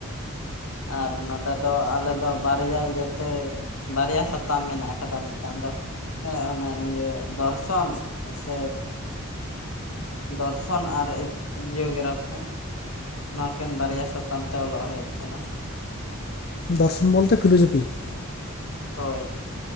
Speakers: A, on the left; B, on the left.
A: ᱟᱨ ᱱᱚᱰᱮᱼᱼ ᱫᱚ ᱟᱞᱮ ᱫᱚ ᱵᱟᱨᱭᱟ ᱤᱭᱟᱹ ᱛᱮ, ᱵᱟᱨᱭᱟ ᱥᱟᱛᱟᱢ ᱢᱮᱱᱟᱜ ᱟᱠᱟᱫᱟ ᱢᱤᱫᱴᱟᱝ ᱫᱚᱼᱼ ᱦᱮᱸ, ᱚᱱᱟ ᱱᱤᱭᱟᱹ ᱫᱚᱨᱥᱚᱱ ᱥᱮᱼᱼ ᱫᱚᱨᱥᱚᱱ, ᱟᱨ ᱡᱤᱭᱳᱜᱨᱟᱯᱷᱤ ᱾ ᱱᱚᱣᱟ ᱠᱤᱱ ᱵᱟᱨᱭᱟ ᱥᱟᱛᱟᱢ ᱛᱮ ᱚᱞᱚᱜ ᱦᱩᱭᱩᱜ ᱠᱟᱱᱟ ᱾
B: ᱫᱚᱨᱥᱚᱱ ᱵᱚᱞᱛᱮ ᱯᱷᱤᱞᱳᱡᱚᱯᱷᱤ ᱾
A: ᱦᱚᱭ ᱾